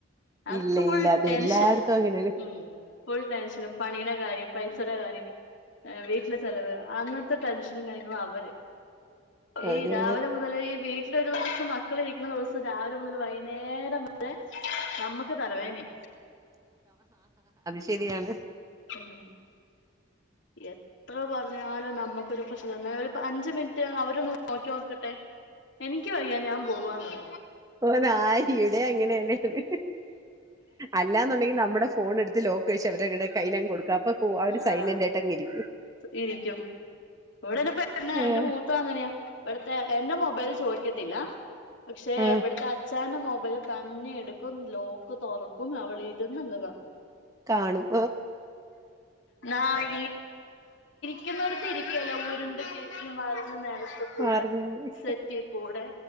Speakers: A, on the left (about 60°); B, on the right (about 15°).
A: അവർക്ക്
B: ഇല്ല
A: ഫുൾ
B: ഇല്ല അത്
A: ടൈം
B: എല്ലായിടത്തും
A: ഷെ
B: അങ്ങനെയാണ്
A: ഉം ഷനും പണിയുടെ കാര്യം പൈസടെ കാര്യം ഏഹ് വീട്ടിലെ ചെലവ് അങ്ങൻ ത്ത ടെൻഷനും കാര്യങ്ങളും അവര് ഈ
B: ഒരു
A: രാവിലെ മുതല് ഈ വീട്ട്തെ ലൊരു ദിവസം മക്കള് ഇരിക്ണ ദിവസം രാവിലെ മുതല് വൈന്നേരം വരെ ഞമ്മക്ക് തലവേനയാ
B: ശെരിയാണ്
A: ഉം എത്ര പർഞ്ഞാലും ഞമ്മക്കൊരു <unintelligible> ന്നാ ഒരു അഞ്ച് മിൻറ്റ് അവരൊന്ന് നോക്കി ക്കട്ടെ എനിക്ക് വയ്യ ഞാൻ പോവാന്ന് പറയും
B: ഓനായി ഇവിടിം അങ്ങനെന്നെണ് അല്ലാന്നുണ്ടെങ്കി നമ്മുടെ ഫോണ് എടുത്ത് ലോക്ക് അഴിച് അവര് അവരുടെ കൈലങ്ങ് കൊടുക്കാ അപ്പം പോ അവര് സൈലന്റായിട്ടങ്ങ്
A: ആഹ്
B: ഇരി
A: ഇരിക്കും ഇവിടെ ഒരു പെണ്ണാ
B: ആ
A: എന്റെ മൂത്തത് അങ്ങനെയാ ഇവിട്ത്തെ എന്റെ മൊബൈല് ചോ ചോയ്ക്കത്തില്ല പക്ഷേ
B: ആ
A: ഇവട്ത്തെ അച്ചായൻ്റെ മൊ മൊബൈല് തന്നെ എടുക്കും ലോക്ക് തൊറക്കും അവളിരുന്നങ്ങ് കാണും
B: കാണും
A: ന്നായി ഇരുക്കുന്നോടത്ത് ഇരിക്കുവല്ല ഉരുണ്ട് തിരിഞ്ഞ് മറി ഞ്ഞ് നെലത്തുക്കൂടെ
B: മാറി മാറി
A: സെറ്റീ കൂടെ